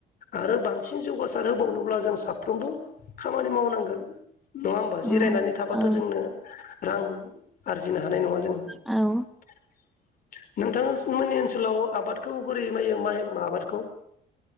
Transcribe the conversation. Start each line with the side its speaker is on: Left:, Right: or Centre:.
Left: आरो बांसिन जौगासार होबावनोब्ला जों साफ्रोमबो खामानि मावनांगोन नङा होमबा
Centre: औ
Left: जिरायनानै थाबाथ
Centre: औ
Left: जोंनो रां आरजिनो हा नाय नङा जोङो
Centre: औ
Left: नोंथांमोननि ओनसोलाव आबादखौ बोरै मायो माइ आबादखौ